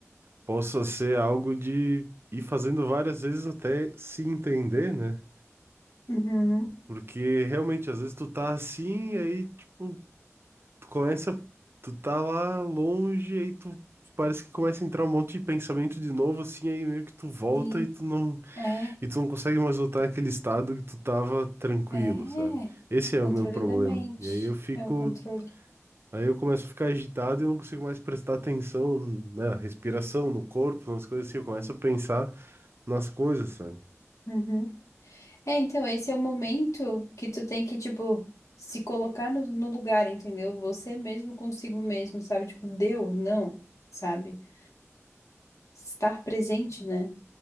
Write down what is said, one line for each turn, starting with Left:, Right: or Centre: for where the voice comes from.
Right: possa ser algo de ir fazendo várias vezes até se entender, né?
Left: Uhum.
Right: Porque realmente, às vezes tu tá assim, aí, tipo, tu começa, tu tá lá longe, aí tu parece que começa a entrar um monte de pensamento de novo, assim, aí meio que tu volta
Left: Sim,
Right: e tu não,
Left: é,
Right: e tu não consegue mais voltar naquele estado que tu tava tranquilo,
Left: é.
Right: sabe? Esse é
Left: Controle
Right: o meu problema.
Left: da mente.
Right: E aí eu fico,
Left: É o controle.
Right: aí eu começo a ficar agitado e eu não consigo mais prestar atenção na respiração, no corpo, nas coisas assim, eu começo a pensar nas coisas, sabe?
Left: Uhum. É, então, esse é o momento que tu tem que, tipo, se colocar no, no lugar, entendeu? Você mesmo consigo mesmo, sabe? Tipo, deu, não, sabe? Estar presente, né?